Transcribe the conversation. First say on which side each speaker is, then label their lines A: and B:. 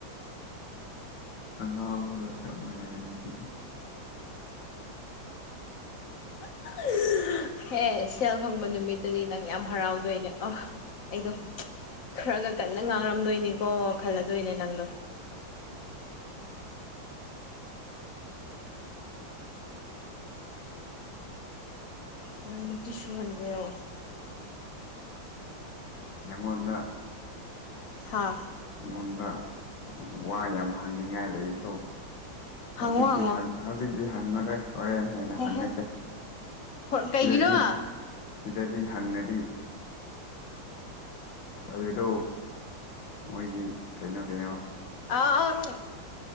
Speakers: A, on the left (about 75°); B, on the left (about 50°).
A: ꯑ ꯉꯥꯎꯕꯒ ꯆꯞ ꯃꯥꯟꯅꯔꯅꯤ <inaudible>
B: <inaudible> ꯍꯦ ꯁꯦꯜ ꯐꯪꯕ ꯅꯨꯃꯤꯠꯇꯗꯤ ꯅꯪ ꯌꯥꯝ ꯍꯔꯥꯎꯗꯣꯏꯅꯦ ꯑ ꯑꯩꯗꯣ ꯈꯔ ꯈ ꯀꯟꯅ ꯉꯥꯡꯔꯝꯗꯣꯏꯅꯤꯀꯣ ꯈꯜꯂꯗꯣꯏꯅꯦ ꯅꯪꯗꯣ ꯇ ꯀꯤꯁꯨ ꯍꯥꯏꯟꯒꯦ ꯑꯣ
A: ꯅꯪꯉꯣꯟꯗ
B: ꯍꯥꯥ
A: ꯑꯩꯉꯣꯟꯗ ꯋꯥ ꯌꯥꯝ ꯍꯪꯅꯤꯡꯉꯥꯏ ꯂꯩꯀꯣ ꯍꯧꯖꯤꯛꯇꯤ
B: ꯍꯪꯉꯣ ꯍꯪꯉꯣ
A: ꯍꯧꯖꯤꯛꯇꯤ ꯍꯪꯉꯔꯦ ꯍꯣꯔꯦꯟ ꯅꯣꯏꯅ
B: ꯍꯦ
A: ꯍꯪꯉꯁꯦ
B: ꯍꯦ ꯍꯣꯏ ꯀꯩꯒꯤꯅꯣ
A: ꯁꯤꯗꯗꯤ
B: ꯑ
A: ꯁꯤꯗꯗꯤ ꯍꯪꯉꯗꯤ ꯍꯥꯏꯕꯗꯣ ꯃꯣꯏꯒꯤ ꯀꯩꯅꯣ ꯀꯩꯅꯣ
B: ꯑ ꯎꯝ